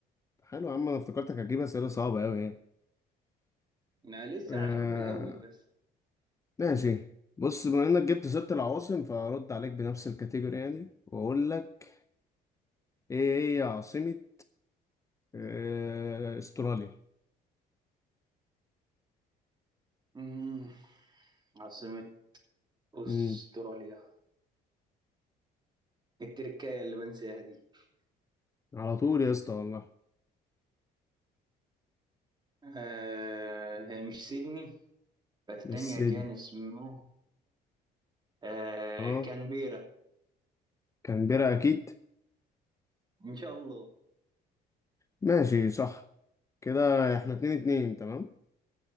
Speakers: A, on the left; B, on the right.
A: حلو يا عم انا افتكرتك هتجيب اسئلة صعبة اوي يعني
B: أنا لسه
A: آه،
B: عشان في الأول بس
A: ماشي بص بما انك جبت ست العواصم فارد عليك بنفس الكاتيجوري يعني واقول لك ايه هي عاصمة آه، استراليا
B: مم. عاصمة أستراليا
A: امم
B: التركاية اللي بنساها دي
A: على طول يا اسطى والله
B: آه هي مش سيدني فالتانية
A: مش سيدني
B: كان اسمها آه
A: اه
B: كانبيرا
A: كانبيرا اكيد
B: إن شاء الله
A: ماشي صح كده احنا اتنين اتنين تمام